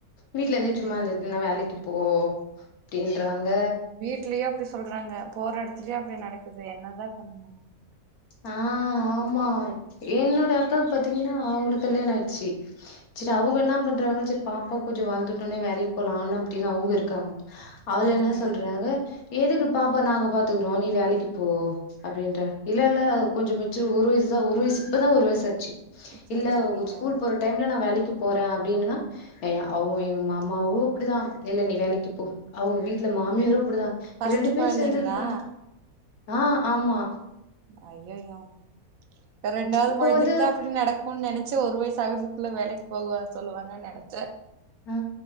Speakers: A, on the left; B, on the right.
A: வீட்ல இருந்து
B: அதா
A: சும்மா இருந்துச்சுன்னா வேலைக்கு போ அப்டின்றாங்க
B: வீட்லயோ அப்டி சொல்றாங்க போற இடத்துலயோ அப்டி நடக்குது என்னதா பண்றது
A: அ ஆமா என்னோட அக்காவுக்கு பாத்தீங்கன்னா அவுளுக்கு கல்யாணம் ஆயிடுச்சு சிட்டு அவுங்க என்ன பண்றாங்க செரி பாப்பா கொஞ்சோ வளந்துடோனே வேலைக்கு போலா ஆன அப்டின்னு அவங்க இருக்காங்க அவள
B: சரிங்க
A: என்ன சொல்றாங்க எதுக்கு பாப்பா நாங்க பாத்துக்குறோ நீ வேலைக்கு போ அப்டின்ற இல்ல இல்ல கொஞ்சோ மெச்சூர் ஒரு வயசுதா ஒரு வயசு இப்பதா ஒரு வயச ஆச்சு
B: செரி
A: இல்ல
B: செரிங்க
A: ஒரு ஸ்கூல் போற டைம்ல நா வேலைக்கு போறே அப்டின்னா ஏ அவுங்க எங்க மாமாவு அப்டிதா இல்ல நீ வேலைக்கு போ அவுங்க வீட்டுல மாமியாரு அப்டிதா
B: ஃபஸ்ட்டு
A: ரெண்டு பேர்
B: கொழந்தைங்களா
A: சேர்ந்து இதுபன் ஆ ஆமா
B: ஐய்யயோ இப்ப ரெண்டாவது
A: இப்போ
B: கொழத்தைக்கு
A: வந்து
B: தா அப்டி நடக்கு ம் நனைச்ச ஒரு வயசு ஆகுறதுக்குள்ள வேலைக்கு போகவ சொல்லுவாங்க நனச்ச
A: ஆ